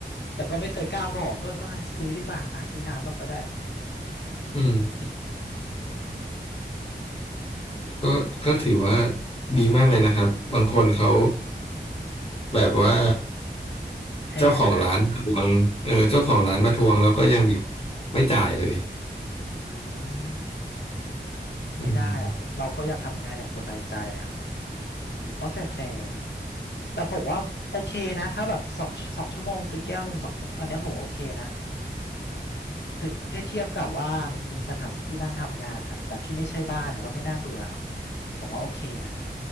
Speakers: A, on the left; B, on the left.
A: แต่ก็ไม่เคยกล้าบอกก็เออซื้อดีกว่าอ่ะซื้อน้ำมันก็ได้
B: อืมก็ก็ถือว่าดีมากเลยนะครับบางคนเขาแบบว่า
A: แช่นาน
B: เจ้าของร้านมาทวงเออเจ้าของร้านมาทวงแล้วก็ยังแบบ
A: เออ
B: ไม่จ่ายเลย
A: อืม
B: อืม
A: ไม่ได้อ่ะเราก็อยากทำงานอย่างสบายใจอ่ะเออก็แฟร์ๆแต่ผมว่าโอเคนะถ้าแบบสองสองชั่วโมงซื้อแก้วหนึ่งสองอันเนี้ยผมโอเคนะ ถือถ้าเทียบกับว่ามันมีสถานที่นั่งทำงานอ่ะแบบที่ไม่ใช่บ้านอ่ะแล้วไม่น่าเบื่อผมว่าโอเคนะ